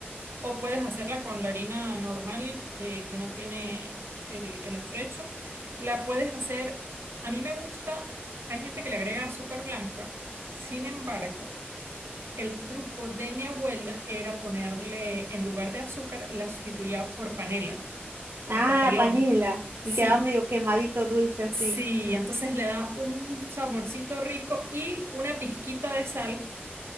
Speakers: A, on the right; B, on the right.
A: O puedes hacerla con la harina normal que, que no tiene el, el afrecho. La puedes hacer, a mí me gusta, hay gente que le agrega azúcar blanca. Sin embargo, el truco de mi abuela era ponerle, en lugar de azúcar, la sustituía por panela,
B: Ah,
A: por papelón.
B: panela.
A: Sí,
B: Y quedaba medio quemadito dulce así,
A: sí, entonces le da un saborcito rico y una pizquita de sal